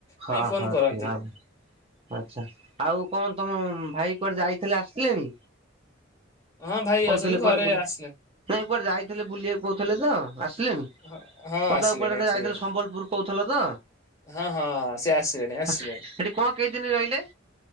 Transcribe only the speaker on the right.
ହଁ,
ହଁ
ସେୟାମ ଆଚ୍ଛା, ଆଉ, କଣ ତମ ଭାଇ କୁଆଡେ ଯାଇଥିଲେ ଆସିଲେଣି?
କହୁଥିଲେ
କୁଆଡେ ବୁଲି
ନାଇଁ, କୁଆଡେ ଯାଇଥିଲେ ବୁଲିବାକୁ କହୁଥିଲେ ତ! ଆସିଲେଣି?
ପଦାକୁ
କୁଆଡେ ଟେ
ଯାଇଥିଲେ ସମ୍ବଲପୁର କହୁଥିଲ ତ?
ଆ ସେଠି କଣ କେଇ ଦିନି ରହିଲେ?